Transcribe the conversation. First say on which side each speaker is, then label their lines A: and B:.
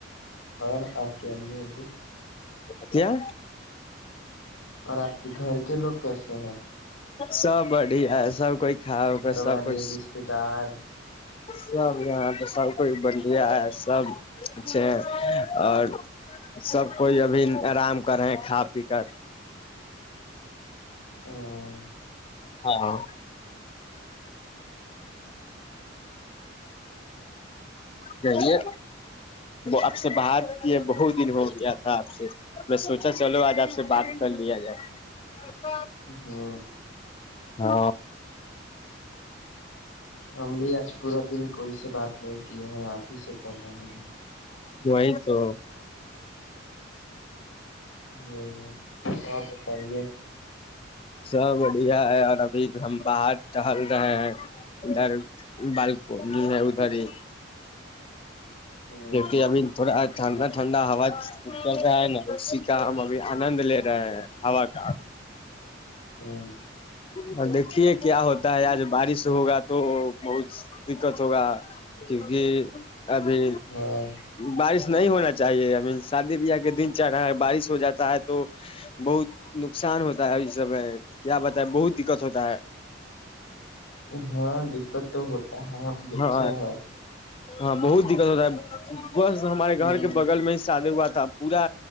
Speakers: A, on the left; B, on the left.
A: اور آر کیامی ابو
B: کیا
A: اور آپ کے گھر کے لوگ کرس ہیں
B: سب بڑھیا ہے سب کوئی کھا ہوگا
A: گھر
B: سب
A: والے
B: کوئی
A: رشتے دار
B: سب یہاں پہ سب کوئی بڑھیا ہے سب اچھے ہیں اور سب کوئی ابھی آرام کرے کھا پی کر
A: ہ
B: ہاں جے آپ سے بات کی بہت دن ہو گیا تھا آپ سے میں سوچا چلو آج آپ سے بات کر لیا جائے
A: ہاں
B: ہاں
A: ہم بھی آج پورا دن کوئی سے بات نہیں کیے ہیں آپ ہی سے کر رہے ہیں
B: وہی تو
A: ہ اور بتائیے
B: سب بڑھیا ہے اور ابھی ہم باہر ٹہل رہے ہیں ادھر بالکنی ہے ادھر ہی
A: ہوں
B: کیونکہ ابھی تھوڑا آ ٹھنڈا ٹھنڈا ہوا چل رہا ہے نا اسی کا ہم ابھی آنند لے رہے ہیں آو کا
A: ہوں
B: اور دیکھیے کیا ہوتا ہے آج بارش ہوگا تو بہت دقت ہوگا کیونکہ ابھی
A: ہاں
B: بارش نہیں ہونا چاہ <inaudible> چاہیےئی م شادی بیاہ کے دن <inaudible> رہا بارش ہو جاتا ہے تو بہت نقصان ہوتا ہے <inaudible> یہ سب ہے کیا بتا ہے بہت دقت ہوتا ہے <inaudible>
A: ہاں دقت تو ہوتا ہے ہم دیکھے
B: ہاں
A: ہیں <unintelligible>
B: ہاں بہت دقت ہوتا ہے <unintelligible> بس ہمارے
A: ہ
B: گھر کے بغل میں ہی سادات <unintelligible> پورا